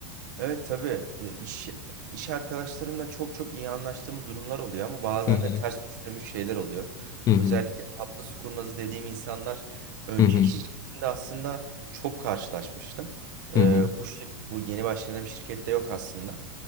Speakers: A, on the right; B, on the left.
A: Evet tabii E, iş iş arkadaşlarımla çok çok iyi anlaştığımız durumlar oluyor ama bazen
B: Hı hı.
A: de ters düştüğümüz şeyler oluyor.
B: Hı hı.
A: Özellikle tatlı su kurnazı dediğim insanlar önceki
B: Hı hı.
A: şirketimde aslında çok karşılaşmıştım.
B: Hı
A: E,
B: hı.
A: bu şir- bu yeni başladığım şirkette yok aslında.